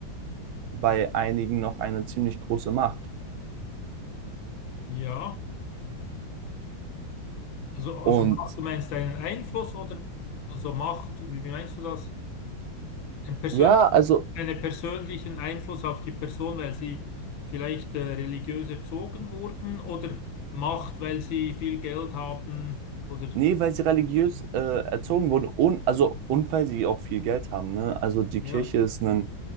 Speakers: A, on the right; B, on the left.
A: bei einigen noch eine ziemlich große Macht.
B: Ja, also,
A: Und
B: also Macht, du meinst einen Einfluss oder also Macht, wie wie meinst du das? Ein persönlichen,
A: ja, also,
B: einen persönlichen Einfluss auf die Person, weil sie vielleicht äh, religiös erzogen wurden oder Macht, weil sie viel Geld haben oder
A: nee, weil sie religiös äh, erzogen wurden und, also, und weil sie auch viel Geld haben, ne? Also die
B: ja.
A: Kirche ist ein,